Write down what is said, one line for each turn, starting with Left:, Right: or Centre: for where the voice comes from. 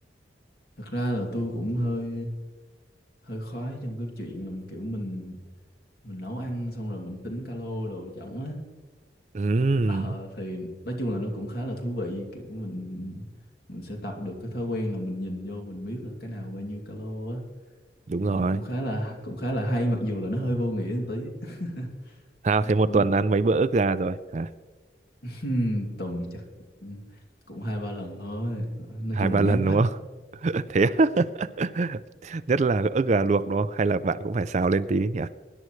Left: thật ra là tôi cũng hơi hơi khoái trong cái chuyện là kiểu mình mình nấu ăn xong rồi mình tính calo đồ chổng á
Right: Ừ,
Left: Ờ, thì nói chung là nó cũng khá là thú vị kiểu mình mình sẽ tập được cái thói quen là mình nhìn vô mình biết là cái nào bao nhiêu calo á
Right: đúng
Left: thì
Right: rồi
Left: cũng cũng khá là cũng khá là hay mặc dù là nó hơi vô nghĩa một tí <laughs>
Right: sao
Left: nhưng
Right: thế
Left: mà
Right: một
Left: cũng
Right: tuần
Left: cũng-
Right: ăn mấy bữa ức gà rồi hả
Left: <laughs> tuần chắc cũng hai ba lần thôi nói
Right: hai
Left: chung
Right: ba
Left: là ngán
Right: lần
Left: quá
Right: đúng không <laughs> thế á? <laughs> nhất là ức gà luộc đúng không hay là bạn cũng phải xào lên tí nhỉ